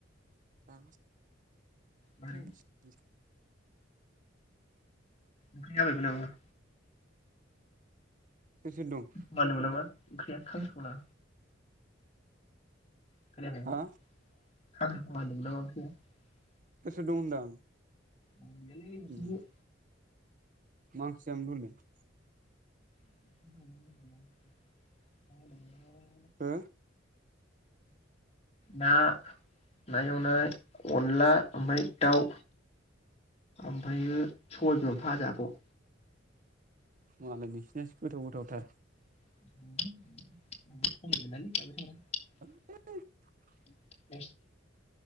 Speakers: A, on the right; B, on the left.
A: <unintelligible> <inaudible>
B: मारै ओंख्रि जाबायबो नामा?
A: सोर सोर दं
B: मानो <unintelligible> ओंख्रिया खांख्रिखला खोनायाखै
A: हा
B: <unintelligible>
A: सोर सोर दं होनदां
B: रावबो गैयालै हारसिंसो
A: उम मा ओंख्रि जायामोन दहायलाय
B: <inaudible>
A: हो
B: ना ना एवनाय अनला ओमफ्राय दाउ ओमफ्रायो सबाय बिमाबो भाजाबाव
A: मालाय नोंसिनास गोथाव गोथावथार
B: <inaudible> <unintelligible>
A: <inaudible>
B: <unintelligible>